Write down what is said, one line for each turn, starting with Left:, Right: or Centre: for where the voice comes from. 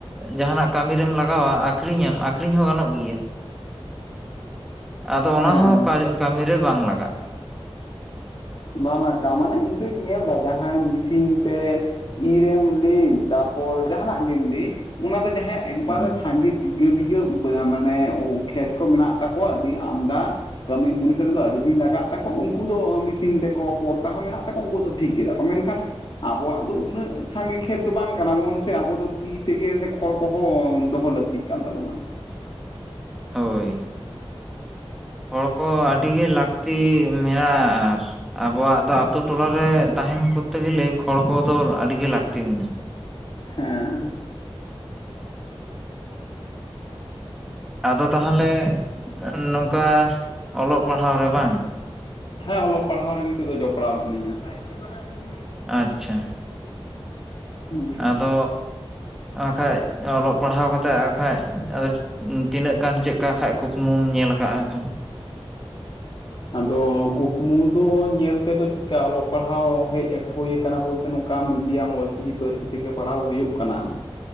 Centre: ᱡᱟᱦᱟᱱᱟᱜ ᱠᱟᱹᱢᱤ ᱨᱮᱢ ᱞᱟᱜᱟᱣᱟ ᱟᱠᱷᱨᱤᱧᱟᱢ ᱟᱠᱷᱨᱤᱧ ᱦᱚᱸ ᱜᱟᱱᱚᱜ ᱜᱮᱭᱟ
Left: <inaudible>
Centre: ᱟᱫᱚ ᱚᱱᱟ
Left: ᱦᱮᱸ
Centre: ᱦᱚᱸ ᱠᱟᱹᱢᱤᱨᱮ ᱵᱟᱝ ᱞᱟᱜᱟᱜᱼᱟ
Left: ᱵᱟᱝ ᱞᱟᱜᱟᱠᱟᱱᱟ ᱢᱟᱱᱮ ᱤᱧ ᱫᱩᱧ ᱧᱮᱞ ᱮᱫᱟ ᱡᱟᱦᱟᱸᱭ ᱢᱮᱥᱤᱱ ᱛᱮ ᱤᱨᱮᱢ ᱞᱟᱹᱭ ᱛᱟᱯᱚᱨ ᱡᱟᱦᱟᱱᱟᱜ ᱜᱮᱢ ᱞᱟᱹᱭ ᱚᱱᱟ ᱫᱚ ᱡᱟᱦᱟᱸᱭᱟᱜ ᱮᱠᱵᱟᱨ
Centre: ᱦᱳᱭ
Left: ᱨᱮ ᱥᱟᱸᱜᱮ ᱵᱤᱜᱷᱟᱹ ᱵᱤᱜᱷᱟᱹ ᱢᱟᱱᱮ ᱠᱷᱮᱛ ᱠᱚ ᱢᱮᱱᱟᱜ ᱛᱟᱠᱚᱣᱟ ᱟᱹᱰᱤ ᱟᱢᱫᱟ ᱠᱟᱹᱢᱤ ᱢᱩᱱᱤᱥ ᱨᱮᱫᱚ ᱟᱹᱰᱤᱫᱤᱱ ᱞᱟᱜᱟᱜ ᱛᱟᱠᱚ ᱩᱱᱠᱩ ᱫᱚ ᱢᱤᱥᱤᱱ ᱛᱮᱠᱚ ᱯᱚᱲᱛᱟ ᱦᱚᱸ ᱢᱮᱱᱟᱜ ᱛᱟᱠᱚᱣᱟ ᱩᱱᱠᱩ ᱫᱚ ᱴᱷᱤᱠ ᱜᱮ ᱛᱟ ᱠᱚ ᱢᱮᱱᱠᱷᱟᱱ ᱟᱵᱚᱣᱟᱜ ᱫᱚ ᱩᱱᱟᱹᱜ ᱥᱟᱸᱜᱮ ᱠᱷᱮᱛ ᱫᱚ ᱵᱟᱝ ᱠᱟᱱᱟᱵᱚᱱ ᱥᱮ ᱟᱵᱚ ᱫᱚ ᱛᱤ ᱛᱮᱜᱮ ᱥᱮ ᱠᱷᱚᱲ ᱠᱚᱦᱚᱸ ᱫᱚᱦᱚ ᱞᱟᱹᱠᱛᱤᱜ ᱠᱟᱱ ᱛᱟᱵᱚᱱᱟ
Centre: ᱦᱳᱭ ᱦᱚᱲ ᱠᱚ ᱟᱹᱰᱤ ᱜᱮ ᱞᱟᱹᱠᱛᱤ ᱢᱮᱱᱟᱜ-ᱟ ᱟᱨ ᱟᱵᱚᱣᱟᱜ ᱫᱚ ᱟᱛᱩ ᱴᱚᱞᱟᱨᱮ ᱛᱟᱦᱮᱱ ᱠᱚᱨᱛᱮ ᱜᱮᱞᱮ ᱠᱷᱚᱲ ᱠᱚᱫᱚ ᱟᱹᱰᱤ ᱜᱮ ᱞᱟᱹᱠᱛᱤ ᱢᱮᱱᱟᱜ-ᱟ
Left: ᱦᱮᱸ
Centre: ᱟᱫᱚ ᱛᱟᱦᱚᱞᱮ ᱱᱚᱝᱠᱟ ᱚᱞᱚᱜ ᱯᱟᱲᱦᱟᱣ ᱨᱮ ᱵᱟᱝ
Left: ᱦᱮᱸ ᱚᱞᱚᱜ ᱯᱟᱲᱦᱟᱣ ᱨᱮᱜᱮ ᱛᱮᱫᱚ ᱡᱚᱯᱲᱟᱣ ᱢᱤᱱᱟᱹᱧᱟ ᱵᱟᱨᱭᱟ ᱠᱷᱚᱱ ᱜᱮ
Centre: ᱟᱪᱪᱷᱟ
Left: ᱦᱩᱸ
Centre: ᱟᱫᱚ ᱠᱷᱟᱡ ᱚᱞᱚᱜ ᱯᱟᱲᱦᱟᱣ ᱠᱟᱛᱮᱫ ᱠᱷᱟᱡ ᱟᱫᱚ ᱛᱤᱱᱟᱹᱜ ᱜᱟᱱ ᱪᱮᱫ ᱠᱷᱟᱡ ᱠᱩᱠᱢᱩᱢ ᱧᱮᱞ ᱟᱠᱟᱜ-ᱟ ᱠᱷᱟᱱ
Left: ᱟᱫᱚ ᱠᱩᱠᱢᱩ ᱫᱚ ᱧᱮᱞ ᱛᱮᱫᱚ ᱪᱮᱫᱠᱟ ᱚᱞᱚᱜ ᱯᱟᱲᱦᱟᱣ ᱦᱮᱡ ᱦᱩᱭ ᱟᱠᱟᱱᱟ ᱵᱚᱞᱛᱮ ᱱᱚᱝᱠᱟ ᱢᱤᱰᱤᱭᱟᱢ ᱚᱞᱪᱤᱠᱤ ᱯᱟᱹᱨᱥᱤ ᱛᱮᱜᱮ ᱯᱟᱲᱦᱟᱣ ᱦᱩᱭᱩᱜ ᱠᱟᱱᱟ